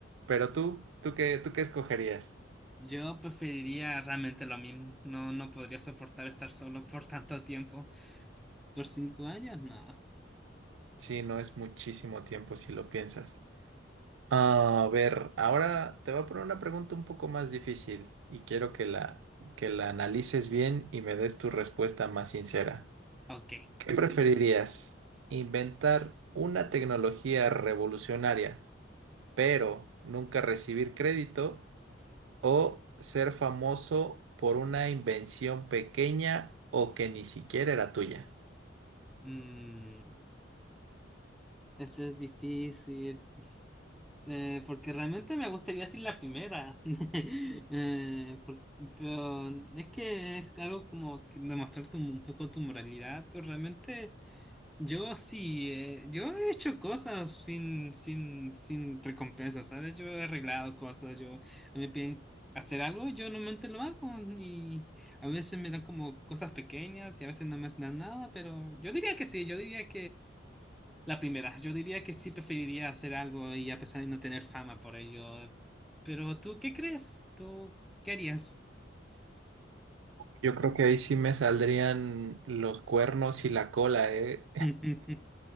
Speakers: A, on the right; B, in the centre.
A: Pero tú, ¿tú qué, tú qué escogerías?
B: Yo preferiría realmente lo mismo. No, no podría soportar estar solo por tanto tiempo. ¿Por cinco años? No.
A: Sí, no es muchísimo tiempo si lo piensas. A ver, ahora te voy a poner una pregunta un poco más difícil y quiero que la, que la analices bien y me des tu respuesta más sincera.
B: Ok.
A: ¿Qué Ok. preferirías? ¿Inventar una tecnología revolucionaria, pero nunca recibir crédito? ¿O ser famoso por una invención pequeña o que ni siquiera era tuya?
B: Mm, eso es difícil. Eh, porque realmente me gustaría decir la primera. <laughs> Eh, por- pero es que es algo como que demostrar tu- un poco tu moralidad, pero realmente yo sí, eh, yo he hecho cosas sin, sin, sin recompensa, ¿sabes? Yo he arreglado cosas, yo a mí me piden hacer algo, yo normalmente lo hago, y a veces me dan como cosas pequeñas y a veces no me hacen nada, pero yo diría que sí, yo diría la primera, yo diría que sí preferiría hacer algo y a pesar de no tener fama por ello. Pero tú, ¿qué crees? ¿Tú qué harías?
A: Yo creo que ahí sí me saldrían los cuernos y la cola, ¿eh?
B: <laughs>